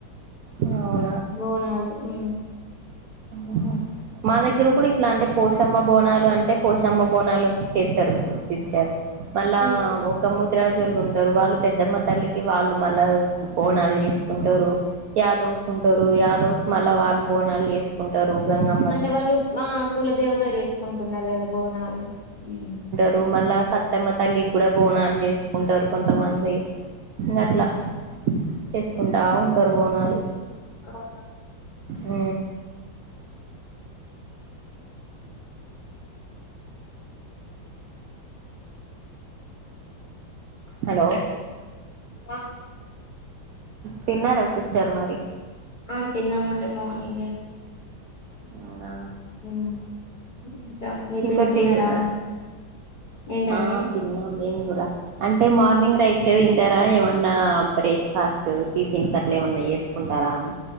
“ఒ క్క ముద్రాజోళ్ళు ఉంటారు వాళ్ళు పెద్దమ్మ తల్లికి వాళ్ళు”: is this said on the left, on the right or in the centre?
Right